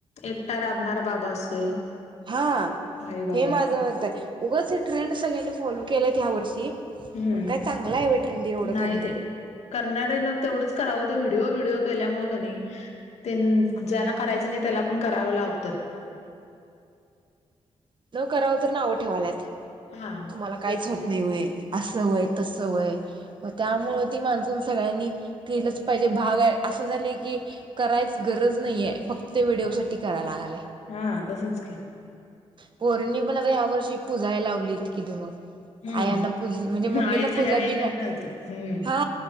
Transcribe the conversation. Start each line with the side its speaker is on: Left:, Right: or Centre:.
Left: एकटा राबणारा बाबा असतोय.
Right: हा
Left: आई बाबा
Right: हे माझं मतय उगच हे ट्रेंड सगळ्यांनी फॉलो केल्यात ह्या वर्षी.
Left: हम्म,
Right: पण काय चांगलं आहे व्हय ट्रेंड एवढं
Left: नाइ
Right: करणं
Left: ते करणार्यान तेवढंच करावं व्हिडिओ व्हिडिओ केल्यामुळे क नाइ ज्याला करायचं नाइ त्याला पण करावं लावत.
Right: <inaudible> न करावं तर नावं ठेवाल्यात.
Left: हा
Right: तुम्हाला काइच
Left: तेच
Right: होत
Left: की
Right: नाय वय अस वय तस वय मग त्यामुळे ती माण सगळ्यांनी केलंच पाहिजे भाग असं झालं की करायच गरज नाइये फक्त व्हिडिओ साठी कराय लागालय.
Left: हा तसच की.
Right: पोरींनी पण आता ह्या वर्षी पुजाय लावली किती दि
Left: हम्म
Right: आयाना पूज म्हणजे मम्मीना
Left: आईचं यावेळी
Right: पूजल्या बीन
Left: नवीन आलत हम्म
Right: हा